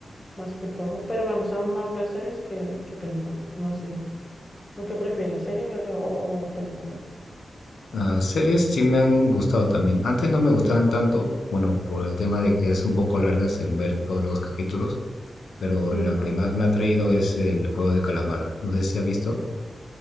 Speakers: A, on the left; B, on the left.
A: más que todo. Pero me gustan más ver series que, que películas. No sé. ¿Tú qué prefieres, series o, o películas?
B: Ah, series sí me han gustado también. Antes no me gustaban tanto, bueno, por el tema de que es un poco largas en ver todos los capítulos, pero
A: Ujú.
B: la que más me ha traído es el juego de calamar. No sé si ha visto.